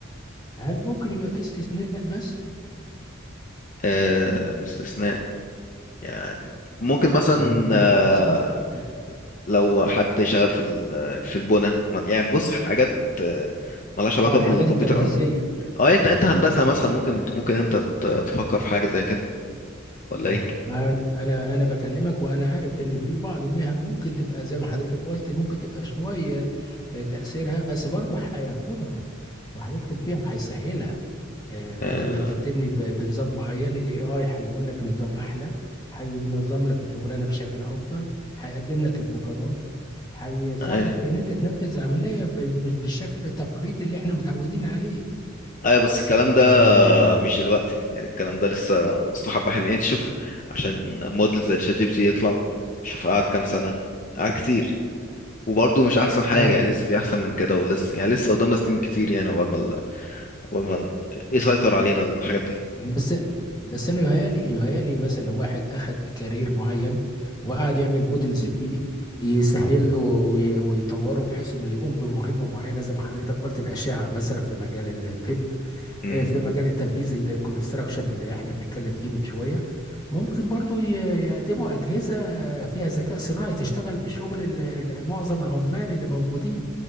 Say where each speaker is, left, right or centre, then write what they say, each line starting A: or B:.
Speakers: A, on the left; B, on the left.
A: هل ممكن يبقى في استثناء بس
B: آه، استثناء يعني ممكن مثلا
A: يعني ممكن
B: آه،
A: يبقى مثلا اتفضل.
B: لو حد شغال في ال- في البنى يعني بص حاجات آه، ملهاش
A: اه
B: علاقة
A: الحاجات
B: بالكمبيوتر
A: التنفيذية
B: اه انت انت هندسة
A: اه الحاجات
B: مثلا
A: التنفيذية
B: ممكن ممكن انت ت- تفكر في حاجة زي كده ولا
A: اه
B: ايه؟
A: ما انا انا أنا بكلمك وانا عارف ان في بعض المهن ممكن تبقى زي ما حضرتك قلت ممكن تبقى شويه آه، تاثيرها بس برضه هياخدها وهيدخل فيها وهيسهلها آه، بدل
B: آه
A: ما انت بتبني ب- بنظام معين الاي اي هيقول لك نظام احلى هينظم لك الشغلانه بشكل افضل هيقدم لك ابتكارات هيساعدك
B: ايوه
A: في ان انت تنفذ العمليه ب- مش بالشكل التقليدي اللي احنا متعودين عليه
B: ايوه بس الكلام ده
A: اه
B: مش دلوقتي يعني الكلام ده لسه اصله حبة حلوين يعني شوف عشان موديل زي تشات جي بي تي يطلع شوف قعد كام سنة قعد كتير وبرضه مش احسن حاجة
A: آه،
B: يعني لسه في احسن من كده ولسه يعني لسه قدامنا سنين كتير يعني عقبال ما ال- عقبال ما ن- يسيطر علينا الحاجات دي
A: بس بس انا يهيألي يهيألي مثلا لو واحد اخد كارير معين وقعد يعمل موديلز فيه يسهل له وي- ويطوره بحيث انه يقوم بمهمه معينه زي ما حضرتك قلت الاشعه مثلا في مجال الطب
B: امم
A: آه، في مجال التنفيذ الكونستراكشن اللي احنا بنتكلم فيه من شويه ممكن برضو ي- يقدموا اجهزه فيها ذكاء صناعي تشتغل بشغل ال- ال- معظم العمال اللي موجودين